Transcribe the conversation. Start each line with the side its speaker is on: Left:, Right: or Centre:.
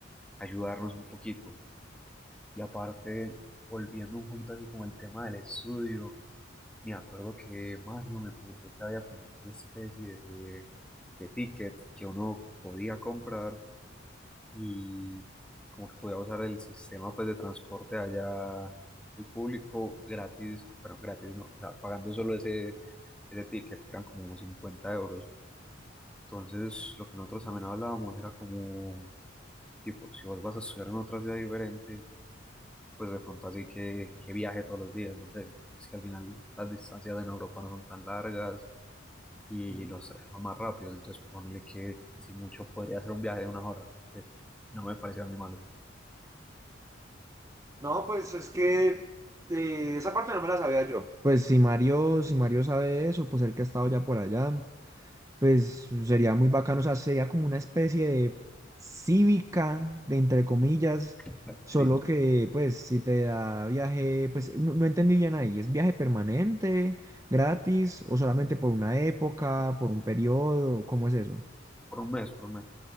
Centre: ayudarnos un poquito. Y aparte, volviendo un poquito así como el tema del estudio, me acuerdo que Mario me comentó que había como una especie de, de ticket que uno podía comprar y como que podía usar el sistema pues de transporte allá, el público gratis, bueno, gratis no, o sea, pagando solo ese, ese ticket que eran como 50 euros. Entonces, lo que nosotros también hablábamos era como, tipo, si vos vas a estudiar en otra ciudad diferente pues de pronto así que, que viaje todos los días, no sé, porque es que al final las distancias en Europa no son tan largas y
Right: Mm.
Centre: los trenes son más rápidos, entonces ponele que si mucho podría ser un viaje de una hora, que no me pareció a mí malo.
Right: No, pues es que eh, esa parte no me la sabía yo. Pues si Mario, si Mario sabe de eso, pues el que ha estado ya por allá, pues sería muy bacano, o sea, sería como una especie de cívica, de entre comillas,
Centre: <laughs>
Right: solo
Centre: Sí,
Right: que pues si te da viaje, pues no, no entendí bien ahí, ¿es viaje permanente, gratis o solamente por una época, por un periodo? ¿Cómo es eso?
Centre: por un mes, por un mes.